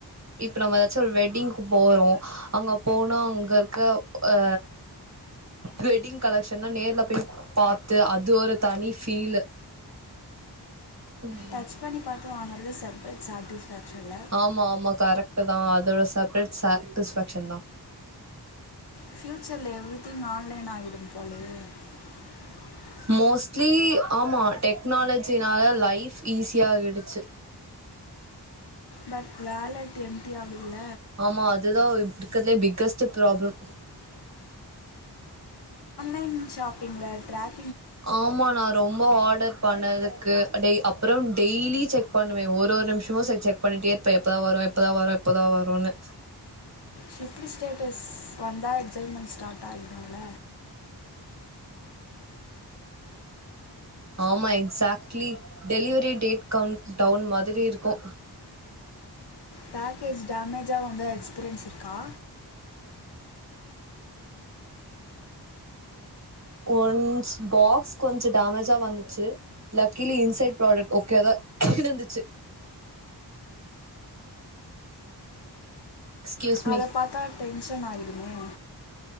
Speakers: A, on the right (about 40°); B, on the left (about 65°).
A: இப்ப நம்ம ஏதாச்சு ஒரு வெட்டிங்கு போறோ அங்க போனா அங்க இருக்க ஆ வெட்டிங் கலெக்ஷன்னா நேர்ல போய் பாத்து அது ஒரு தனி ஃபீலு ம்
B: டச் பண்ணி பாத்து வாங்றது செப்ரேட் சாட்டிஸ் ஃபேக்ஷன்ல
A: ஆமா ஆமா கரெக்ட்டு தா அதோட செப்ரேட் சாக்ட்டிஸ் ஃபேக்ஷன் தா
B: ஃப்யூச்சர்ல எவ்ரித்திங் ஆன்லைன் ஆய்டோ போலயே <inaudible>
A: மோஸ்ட்லி ஆமா டெக்னாலஜினால லைஃப் ஈஸியாடுச்சி
B: பட் வேலட் எம்டி ஆகுதுல
A: ஆமா அதுதா இருக்கட்துலே பிக்கஸ்ட் ப்ராப்ளம்
B: ஆன்லைன் ஷாப்பிங்ல ட்ரேக்
A: ஆமா நா ரொம்ப ஆடர் பண்ணதுக்கு அடேய் அப் பறொ டெய்லி செக் பண்ணுவ ஒரு ஒரு நிம்ஸமு செ செக் பண்ணிட்டே இருப்ப எப்பதா வரோ எப்பதா வரோ எப்பதா வரோன்னு
B: ஷிஃப்ட்டு ஸ்டேட்டஸ் வந்தா எக்ஸைன்மெண்ட் ஸ்டார்ட் ஆயிடோல
A: ஆமா exactly delivery date countdown மாதிரி இருக்கோ
B: பேக்கேஜ் டேமேஜா வந்த எக்ஸ்பீரியன்ஸ் இருக்கா
A: ஒன்ஸ் பாக்ஸ் கொஞ்சோ டேமேஜா வந்துச்சு லக்கிலி இன்சைட் ப்ராடெக்ட் ஓகே தா இருந்துச்சு எக்ஸ்கியூஸ்
B: அத
A: மீ
B: பாத்தா டென்ஷன் ஆயிடுமே